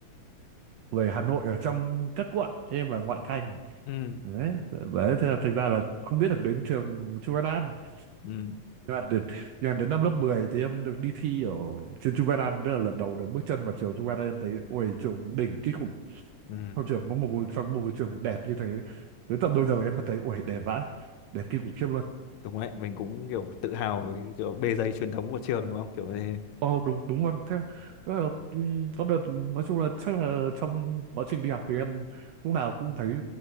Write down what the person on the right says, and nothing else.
về Hà Nội ở trong các quận em là ngoại thành
đấy, đấy thế là thành ra là không biết được đến trường Chu Văn An
nhưng mà đến, nhưng mà đến năm lớp 10 thì em được đi thi ở trên Chu Văn An đó là lần đầu được bước chân vào trường Chu Văn An em thấy ui trường đỉnh kinh khủng
trong trường có một ngôi trong một ngôi trường đẹp như thế đến tận bây giờ em vẫn thấy ui đẹp vãi đẹp kinh khủng khiếp luôn
Ồ đúng đúng luôn thế là, rất là ừ, có đợt nói chung là chắc là trong quá trình đi học thì em lúc nào cũng thấy